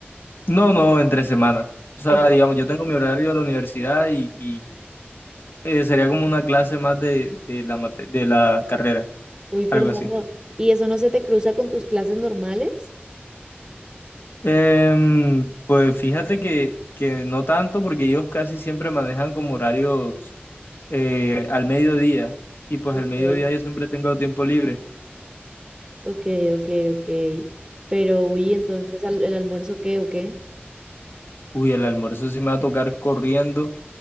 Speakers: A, on the left; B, on the right.
A: No, no, entre semanas. O sea,
B: En-
A: digamos, yo tengo mi horario de la universidad y, y, eh, sería como una clase más de, de la, mate- de la carrera,
B: Uy, Fernando,
A: algo así.
B: ¿y eso no se te cruza con tus clases normales?
A: Em, pues fíjate que, que no tanto porque ellos casi siempre manejan como horarios eh, al mediodía y pues
B: Ok,
A: al mediodía yo siempre tengo tiempo libre.
B: ok, ok, ok. Pero, uy, entonces al- el almuerzo qué o qué?
A: Uy, el almuerzo sí me va a tocar corriendo,